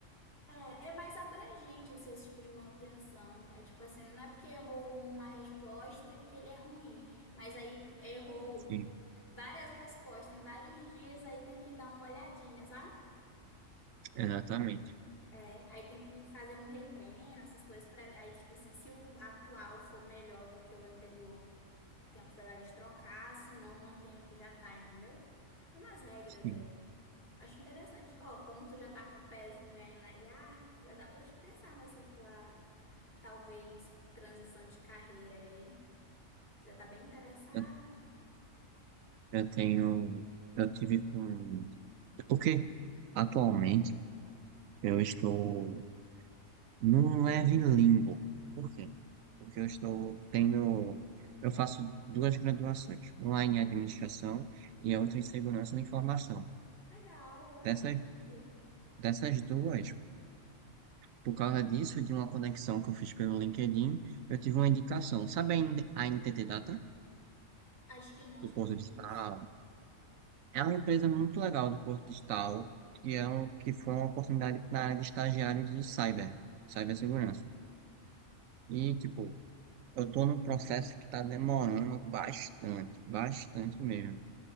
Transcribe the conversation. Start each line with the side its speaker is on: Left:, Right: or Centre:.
Left: É, é mais abrangente assim, esse tipo de manutenção. É tipo assim, não é porque errou uma resposta que ele é ruim, mas aí errou
Right: Sim,
Left: várias respostas em vários dias, aí tem que dar uma olhadinha, sabe?
Right: exatamente.
Left: É, aí tem que fazer um retreino, essas coisas para aí tipo assim, se o atual for melhor do que o anterior, tem a possibilidade de trocar, se não mantém o que já tá, entendeu? Tem umas regras
Right: Sim.
Left: aí. Acho interessante. Ó, como tu já tá com o pezinho aí na IA, já dá pra te pensar nessa tua, talvez, transição de carreira aí. Já tá bem interessado?
Right: Eu eu tenho, eu tive com. Porque atualmente eu estou num leve limbo. Por quê? Porque eu estou, tenho, eu faço duas graduações, uma em administração e
Left: né?
Right: a outra em segurança da informação.
Left: Legal, olha.
Right: Dessas,
Left: Sabia.
Right: dessas duas, Por causa disso, de uma conexão que eu fiz pelo LinkedIn, eu tive uma indicação. Sabe a N- a NTT Data,
Left: Acho que não,
Right: do
Left: acho que
Right: Porto
Left: eu não conheço.
Right: de Tal? É uma empresa muito legal do Porto de Tal, que, é um, que foi uma oportunidade na área de estagiário de cyber, cibersegurança. E, tipo, eu tô num processo que tá demorando bastante, bastante mesmo.